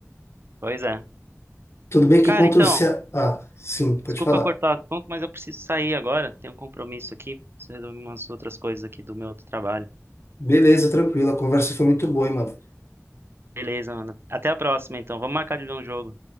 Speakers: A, on the right (about 45°); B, on the left (about 55°).
A: Pois é.
B: Tudo bem que
A: Cara,
B: contra
A: então,
B: o Ceará. Ah, sim, pode
A: desculpa
B: falar.
A: cortar o assunto, mas eu preciso sair agora. Tenho um compromisso aqui. Preciso resolver umas outras coisas aqui do meu outro trabalho.
B: Beleza, tranquilo. A conversa foi muito boa, hein, mano.
A: Beleza, mano. Até a próxima, então. Vamos marcar de ver um jogo.